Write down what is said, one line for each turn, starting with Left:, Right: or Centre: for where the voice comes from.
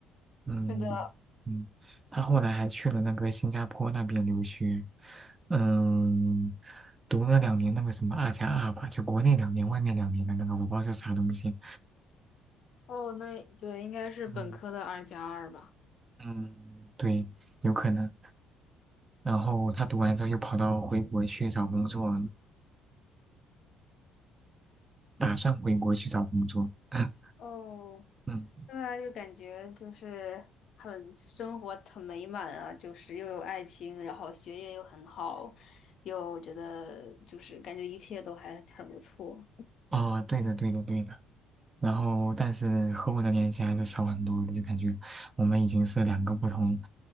Right: 嗯嗯，
Left: 是的。
Right: 他后来还去了那个新加坡那边留学，嗯，读了两年那个什么二加二吧，就国内两年，外面两年的那个，我不知道是啥东西。
Left: 哦，那对，应该是本科的二加二吧。
Right: 嗯嗯，对，有可能。然后他读完之后又跑到回国去找工作，打算回国去找工作。<laughs>
Left: 哦，
Right: 嗯，
Left: 现在就感觉就是很生活很美满啊，就是又有爱情，然后学业又很好，又觉得就是感觉一切都还很不错。
Right: 哦，对的，对的，对的。然后，但是和我的联系还是少很多的，就感觉我们已经是两个不同，